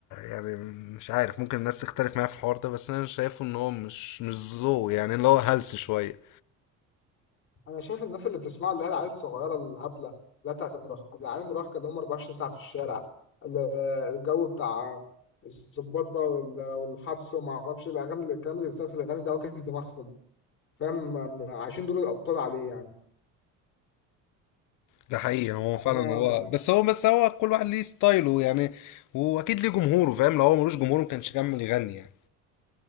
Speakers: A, on the left (about 65°); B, on the left (about 40°).
A: يعني مش عارف ممكن الناس تختلف معايا في الحوار ده بس انا شايفه ان هو مش مش ذوق يعني اللي هو هلس شويه
B: انا شايف الناس اللي بتسمعوا اللي هي العيال الصغيره الهبله اللي هي بتاعت المراهقه العيال المراهقه اللي هم 24 ساعه في الشارع ال- الجو بتاع الظباط بقى وال- والحبس وما اعرفش إيه، الاغاني الكلام اللي بيتقال في الاغاني ده واكل دماغهم فاهم عايشين دور الابطال عليه يعني
A: ده حقيقي هو
B: يعني
A: فعلا
B: انا
A: هو
B: ما...
A: بس هو بس هو كل واحد ليه ستايله يعني واكيد ليه جمهوره فاهم لو هو ملوش جمهور ما كانش كمل يغني يعني